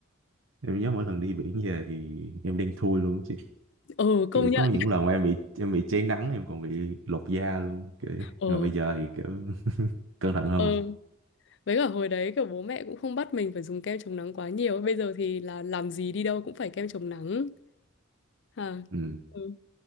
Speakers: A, on the right; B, on the left.
A: Em nhớ mỗi lần đi biển về thì em đen thui luôn chị
B: ừ công
A: kiểu
B: nhận
A: có những lần mà em bị em bị cháy nắng em còn bị lột da luôn kiểu nhưng
B: ừ
A: mà bây giờ thì kiểu <laughs> cẩn thận hơn
B: ừ Với cả hồi đấy kiểu bố mẹ cũng không bắt mình phải dùng kem chống nắng quá nhiều. Bây giờ thì là làm gì đi đâu cũng phải kem chống nắng. à
A: ừ.
B: Ừ.